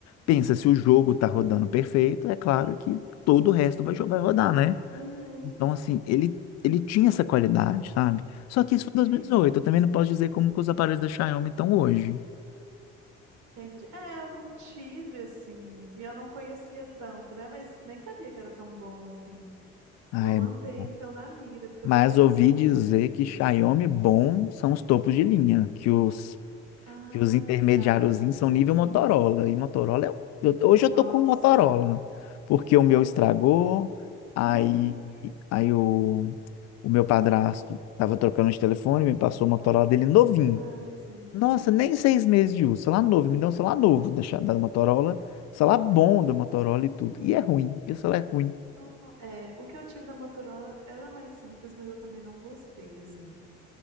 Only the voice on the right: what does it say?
Uhum.
Entendo.
Entendi. É, eu não tive assim, e eu não conhecia tanto, né? Mas nem sabia que era tão bom assim.
Vou manter
então na mira, porque
eu tô bem
na dúvida
ainda,
assim.
Ah,
tá.
Nossa.
Uhum.
Ah, sim.
Uhum.
Uhum.
Não, não. É, o que eu tive da Motorola era mais simples, mas eu também não gostei, assim.